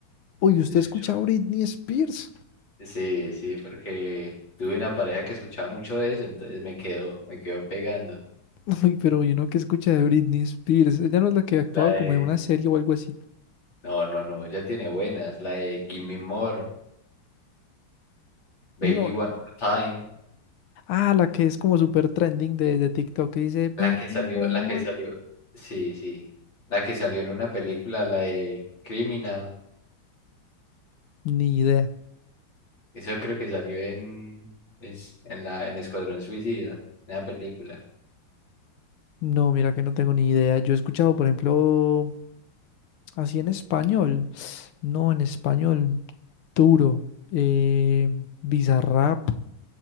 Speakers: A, on the left (about 75°); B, on the left (about 60°).
A: Uy, ¿usted
B: Yo escucho.
A: escucha a Britney Spears?
B: Sí, sí, porque tuve una pareja que escuchaba mucho de eso, entonces me quedó, me quedó pegando.
A: <laughs> Uy, pero ¿y uno que escucha de Britney Spears? Ella no es la que actuaba
B: La de,
A: como en una serie o algo así.
B: no, no, no, ya tiene buenas. La de Give Me More, Baby
A: No.
B: One More Time.
A: Ah, la que es como súper trending de, de TikTok que dice Baby
B: La que salió,
A: One
B: la
A: More.
B: que salió, sí, sí. La que salió en una película, la de Criminal.
A: Ni idea.
B: Eso creo que salió en, es- en, la, en Escuadrón Suicida, en la película.
A: No, mira que no tengo ni idea. Yo he escuchado, por ejemplo, así en español. No, en español duro. Eh, Bizarrap.